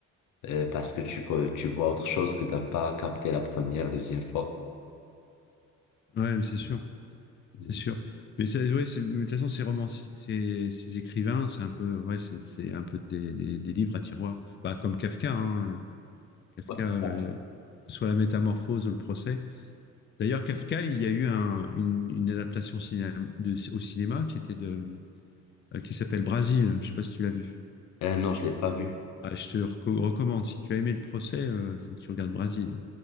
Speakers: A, on the left (about 85°); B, on the left (about 35°).
A: euh, parce que tu, co- tu vois autre chose que t'as pas capté la première, deuxième fois.
B: Ouais, mais c'est sûr,
A: Mm.
B: c'est sûr. Mais ça, ouais, c'est- mais de toute façon, ces romans, ces, ces écrivains, c'est un peu, ouais, c'est c'est un peu des, des- des livres à tiroir. Bah, comme Kafka, hein. Kafka,
A: Ouais, c'est
B: euh,
A: ça.
B: que ce soit la métamorphose ou le procès. D'ailleurs, Kafka, il y a eu un- une, une adaptation ciné- de- au cinéma qui était de, euh, qui s'appelle Brasil. Je ne sais pas si tu l'as vu.
A: Euh, non, je l'ai pas vu.
B: Ah, je te reco- recommande. Si tu as aimé le procès, euh, il faut que tu regardes Brasil.